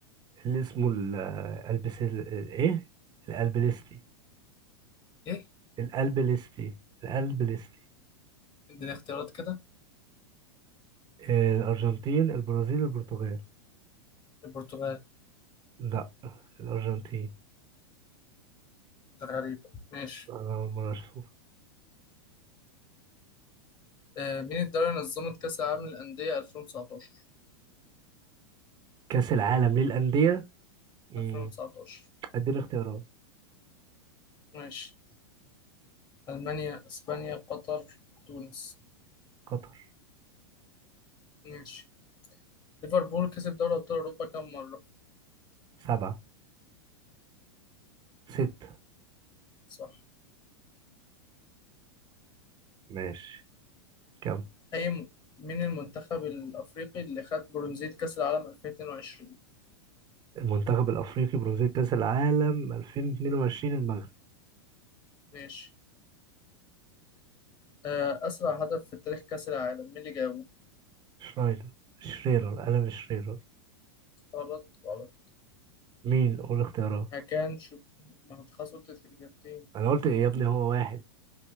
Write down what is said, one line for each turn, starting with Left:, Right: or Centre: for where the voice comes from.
Right: اللي اسمه ال- البس ال- ايه الألبليستي
Left: ايه
Right: الألبليستي الألبليستي
Left: اديني اختيارات كده
Right: آه، الأرجنتين البرازيل البرتغال
Left: البرتغال
Right: لا الأرجنتين
Left: ده غريبة ماشي
Right: أنا أول مرة أشوف
Left: آه مين الدولة اللي نظمت كأس العالم للأندية 2019
Right: كأس العالم للأندية مم.
Left: 2019
Right: أديني اختيارات
Left: ماشي ألمانيا إسبانيا قطر تونس
Right: قطر
Left: ماشي ليفربول كسب دوري أبطال أوروبا كم مرة
Right: سبعة ستة
Left: صح
Right: ماشي كم
Left: أي م... مين المنتخب الأفريقي اللي خد برونزية كأس العالم 2022
Right: المنتخب الأفريقي برونزية كأس العالم 2022 المغرب
Left: ماشي آه أسرع هدف في تاريخ كأس العالم مين اللي جابه
Right: شرايدر شريرر ألان شريرر
Left: غلط غلط
Right: مين قول اختيارات
Left: هكان شو ما أنت خلاص قلت الإجابتين
Right: أنا قلت إيه يا ابني هو واحد